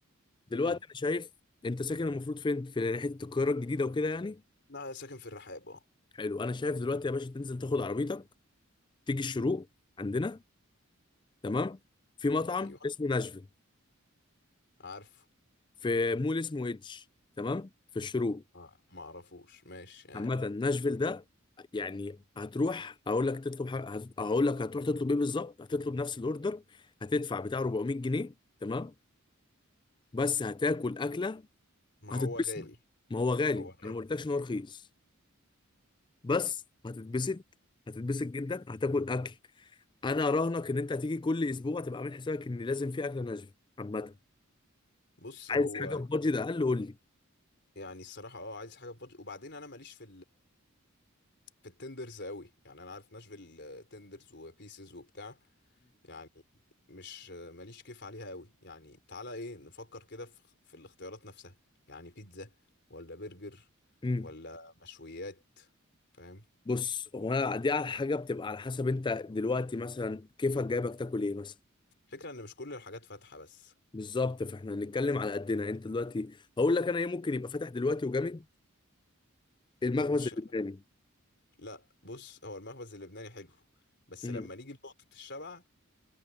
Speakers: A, on the left; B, on the left.
A: دلوقتي
B: امم
A: انا شايف انت ساكن المفروض فين في ناحيه القاهره الجديده وكده يعني
B: انا ساكن في الرحاب اه
A: حلو انا شايف دلوقتي يا باشا تنزل تاخد عربيتك تيجي الشروق عندنا تمام في مطعم
B: ايوه
A: اسمه ناشفيل
B: عارفه
A: في مول اسمه ايدج تمام في الشروق
B: آه، ما اعرفوش ماشي آه.
A: عامة ناشفيل ده يعني هتروح اقول لك تطلب حاجة هت- هقول لك هتروح تطلب ايه بالظبط هتطلب نفس الاوردر هتدفع بتاع 400 جنيه تمام بس هتاكل اكلة
B: ما
A: هتتبسط
B: هو غالي
A: ما هو غالي
B: هو غالي
A: انا ما قلتلكش ان هو رخيص بس هتتبسط هتتبسط جدا هتاكل اكل انا اراهنك ان انت هتيجي كل اسبوع تبقى عامل حسابك ان لازم في اكله ناشفيل عامة
B: بص
A: عايز
B: هو
A: حاجه بادجت
B: جامد.
A: اقل قول لي
B: يعني الصراحه اه عايز حاجه في بادجت وبعدين انا ماليش في في التندرز قوي يعني انا عارف ناشفيل آه، تندرز وبيسز وبتاع يعني مش آه، ماليش كيف عليها قوي يعني تعالى ايه نفكر كده في, في الاختيارات نفسها يعني بيتزا ولا برجر
A: امم
B: ولا مشويات فاهم
A: بص هو انا دي على حاجه بتبقى على حسب انت دلوقتي مثلا كيفك جايبك تاكل ايه مثلا
B: فكرة ان مش كل الحاجات فاتحة بس
A: بالظبط فاحنا هنتكلم على قدنا انت دلوقتي هقول لك انا ايه ممكن يبقى فاتح دلوقتي وجامد المخبز
B: ابن الشارع
A: اللبناني
B: لا بص هو المخبز اللبناني حلو بس
A: مم.
B: لما نيجي لنقطة الشبع